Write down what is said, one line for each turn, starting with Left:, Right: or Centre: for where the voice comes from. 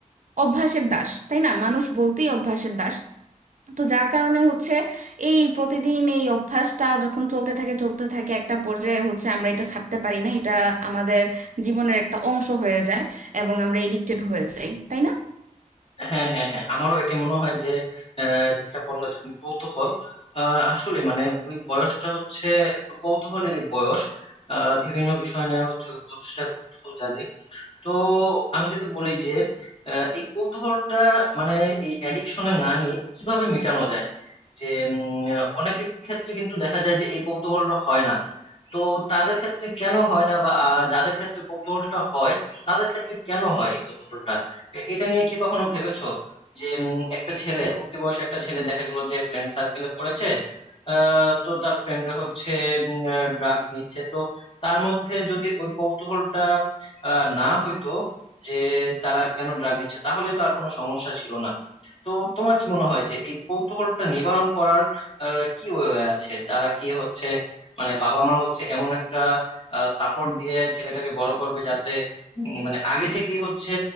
Right: অভ্যাসের দাস তাই না মানুষ বলতেই অভ্যাসের দাস তো যার কারণে হচ্ছে এই প্রতিদিন এই অভ্যাসটা যখন চলতে থাকে চলতে থাকে একটা পর্যায়ে হচ্ছে আমরা এটা ছাড়তে পারি না এটা আমাদের জীবনের একটা অংশ হয়ে যায় এবং আমরা এডিক্টেড হয়ে যাই তাই না
Left: হ্যাঁ হ্যাঁ হ্যাঁ আমারও এটা মনে হয় যে আহ, যেটা বললে তুমি কৌতূহল আহ, আসলে মানে ওই বয়সটা হচ্ছে একটু কৌতূহলেরই বয়স আহ, বিভিন্ন বিষয় নিয়ে হচ্ছে ওই বয়সটা কৌতূহল জাগে তো আমি যদি বলি যে আহ, এই কৌতূহলটা মানে এই অ্যাডিকশনে না নিয়ে কিভাবে মেটানো যায় যে উম, অনেকের ক্ষেত্রে কিন্তু দেখা যায় যে এই কৌতূহলটা হয় না তো তাদের ক্ষেত্রে কেন হয় না বা আহ, যাদের ক্ষেত্রে কৌতূহলটা হয় তাদের ক্ষেত্রে কেন হয় এই কৌতূহলটা এ- এটা নিয়ে কি কখনো ভেবেছো যে উম, একটা ছেলে উঠতি বয়সে একটা ছেলে দেখা গেল যে ফ্রেন্ড সার্কেলে পড়েছে আহ, তো তার ফ্রেন্ডরা হচ্ছে ড্রাগ নিচ্ছে তো তার মধ্যে যদি ওই কৌতূহলটা আহ, না হইতো যে তারা কেন ড্রাগ নিচ্ছে তাহলে তো আর কোনো সমস্যা ছিল না তো তোমার কি মনে হয় যে এই কৌতূহলটা নিবারণ করার আহ, কি ওয়ে আছে তারা কি হচ্ছে মানে বাবা মা হচ্ছে এমন একটা সাপোর্ট দিয়ে ছেলেটাকে বড় করবে যাতে উম, মানে আগে থেকেই হচ্ছে